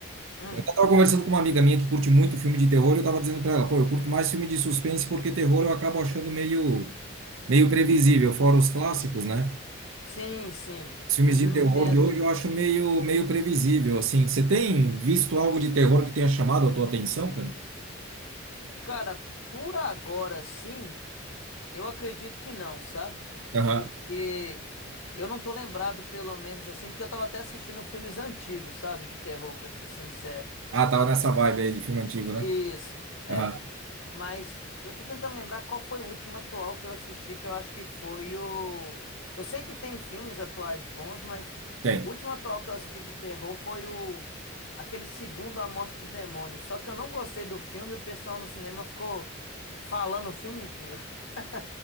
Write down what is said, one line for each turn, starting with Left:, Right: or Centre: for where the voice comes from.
Left: Hum,
Right: Tava conversando com uma amiga minha que curte muito filme de terror, e eu tava dizendo pra ela, pô, eu curto mais filme de suspense porque terror eu acabo achando meio meio previsível, fora os clássicos, né?
Left: sim, sim.
Right: Os filmes
Left: Uhum,
Right: de terror
Left: entendo.
Right: de hoje eu acho meio meio previsível, assim. Você tem visto algo de terror que tenha chamado a tua atenção, cara?
Left: Cara, por agora sim, eu acredito que não, sabe?
Right: Aham.
Left: Porque eu não tô lembrado, pelo menos assim, porque eu tava até assistindo filmes antigos, sabe? De terror, pra ser sincero.
Right: Ah, tava nessa vibe aí de filme antigo, né?
Left: Isso. é.
Right: Aham.
Left: Mas eu tô tentando lembrar qual foi o último atual que eu assisti, que eu acho que foi o. Eu sei que tem filmes atuais bons, mas
Right: Tem.
Left: o último atual que eu assisti de terror foi o. Aquele segundo A Morte do Demônio. Só que eu não gostei do filme e o pessoal no cinema ficou falando o filme inteiro. <laughs>